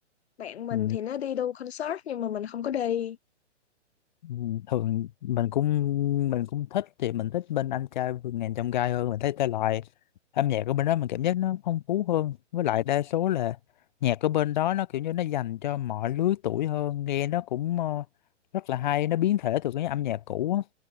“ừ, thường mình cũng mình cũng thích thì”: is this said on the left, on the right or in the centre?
Left